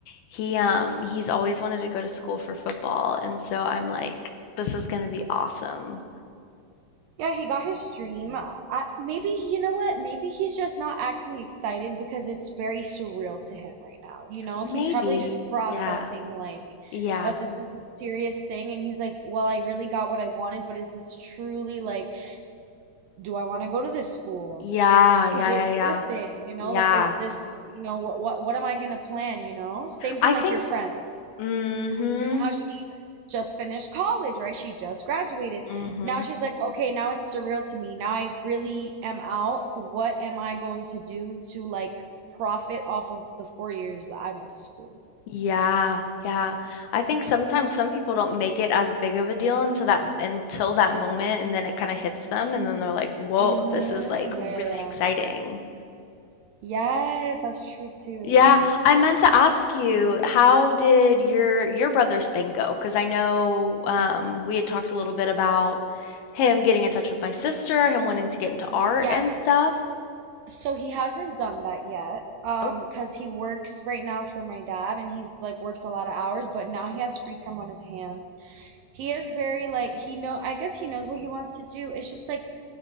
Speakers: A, on the left; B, on the right.
A: He um he's always wanted to go to school for football, and so I'm like, this is gonna be awesome.
B: Yeah, he got his dream. Uh, I, maybe, you know what? Maybe he's just not acting excited because it's very surreal to him right now. You know,
A: Maybe.
B: he's probably just processing
A: Yeah.
B: like
A: Yeah.
B: that this is a serious thing and he's like, "Well, I really got what I wanted, but is this truly like, do I want to go to this school?
A: Yeah. Yeah.
B: Is it
A: Yeah.
B: worth
A: Yeah.
B: it? You know,
A: Yeah.
B: like is this, you know, what what what am I gonna plan, you know? Same
A: I
B: thing like
A: think.
B: your friend
A: Mm-hmm.
B: how she just finished college, right? She just graduated.
A: Mm-hmm.
B: Now she's like, okay, now it's surreal to me. Now I really am out. What am I going to do to like profit off of the four years that I went to school?
A: Yeah, yeah. I think sometimes some people don't make it as big of a deal until that until that moment, and then it kind of hits them, and then they're like, "Whoa,
B: Mm-hmm.
A: this is like
B: Yeah,
A: really
B: yeah,
A: exciting."
B: yeah. Yes, that's true too.
A: Yeah, I meant to ask you, how did your your brother's thing go? Because I know um, we had talked a little bit about him getting in touch with my sister, him wanting to get into
B: Yes.
A: art and stuff.
B: So he hasn't done that yet. Um,
A: Oh,
B: because he works right now for my dad and he's like works a lot of hours, but now he has free time on his hands. He is very like he know I guess he knows what he wants to do. It's just like